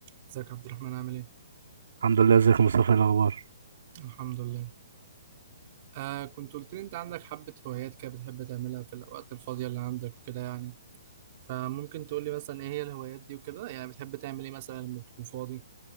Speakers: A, on the right; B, on the right.
A: ازيك يا عبد الرحمن عامل ايه؟
B: الحمد لله ازيك يا مصطفى ايه الاخبار
A: الحمد لله. آه كنت قلت لي انت عندك حبة هوايات كده بتحب تعملها في الأوقات الفاضية اللي عندك وكده يعني. فممكن تقول لي مثلا ايه هي الهوايات دي وكده؟ يعني بتحب تعمل ايه مثلا لما بتكون فاضي؟